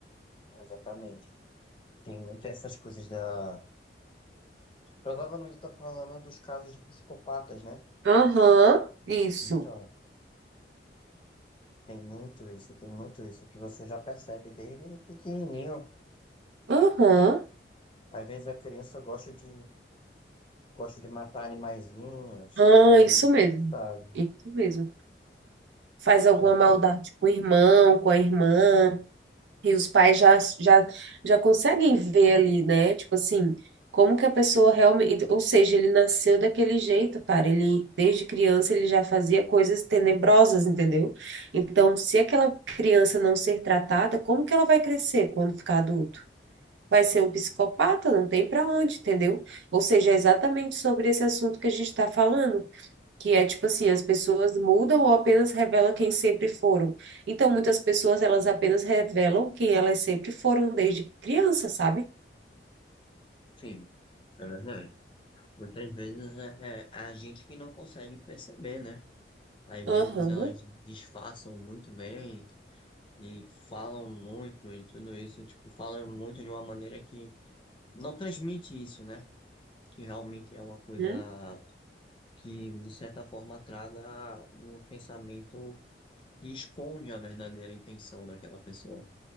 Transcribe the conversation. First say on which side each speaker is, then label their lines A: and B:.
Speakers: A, on the left; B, on the right.
A: exatamente. Tem muitas essas coisas da. Provavelmente eu tô falando dos casos de psicopatas, né?
B: Aham, isso.
A: Então, tem muito isso, tem muito isso, que você já percebe desde pequenininho.
B: Aham.
A: Às vezes a criança gosta de, gosta de matar animaizinhos,
B: Ah,
A: e aí
B: isso
A: você
B: mesmo.
A: já sabe.
B: Isso mesmo. Faz alguma
A: Já... co-
B: maldade com o irmão, com a irmã. E os pais já, já, já conseguem ver ali, né? Tipo assim, como que a pessoa realmente. Ou seja, ele nasceu daquele jeito, cara. Ele, desde criança, ele já fazia coisas tenebrosas, entendeu? Então, se aquela criança não ser tratada, como que ela vai crescer quando ficar adulto? Vai ser um psicopata, não tem para onde, entendeu? Ou seja, é exatamente sobre esse assunto que a gente está falando que é tipo assim, as pessoas mudam ou apenas revelam quem sempre foram. Então, muitas pessoas, elas apenas revelam quem elas sempre foram desde criança, sabe?
A: Sim, é verdade. Muitas vezes é, é a gente que não consegue perceber, né? Às
B: Aham.
A: vezes elas disfarçam muito bem e falam muito e tudo isso, tipo, falam muito de uma maneira que não transmite isso, né? Que realmente é uma coisa
B: Hum.
A: que, de certa forma, traga um pensamento que esconde a verdadeira intenção daquela pessoa.